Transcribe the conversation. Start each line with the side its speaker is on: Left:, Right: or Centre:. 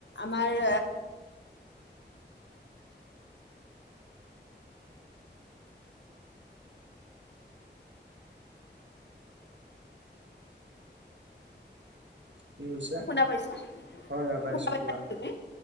Left: আমাৰ
Right: কি কৈছা?
Left: শুনা পাইছা
Right: হয় হয় পাইছো
Left: শুনা পাইছা
Right: কোৱা,
Left: তুমি